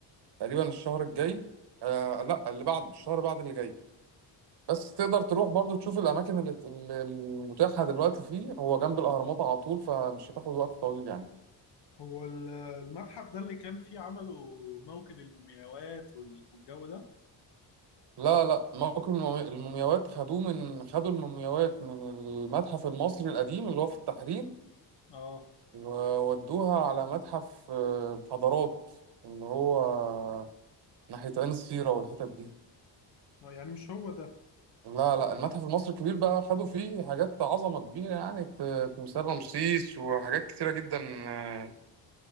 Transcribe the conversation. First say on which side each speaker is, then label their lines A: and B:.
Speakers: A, on the right; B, on the left.
A: تقريبا الشهر الجاي آه لا اللي بعد الشهر بعد اللي جاي بس تقدر تروح برضو تشوف الأماكن اللي اللي المتاحة دلوقتي فيه هو جنب الأهرامات على طول فمش هتاخد وقت طويل يعني
B: هو ال- المتحف ده اللي كان فيه عملوا موكب المومياوات وال- والجو ده
A: لا لا موكب المومي- المومياوات خدوه من خدوا المومياوات من المتحف المصري القديم اللي هو في التحرير
B: اه
A: وودوها على متحف آه، حضارات اللي هو ناحية عين السيرة والحتت دي
B: آه، يعني مش هو ده
A: لا لا المتحف المصري الكبير بقى خدوا فيه حاجات عظمة كبيرة يعني ت- تمثال رمسيس وحاجات كتيرة جدا آه،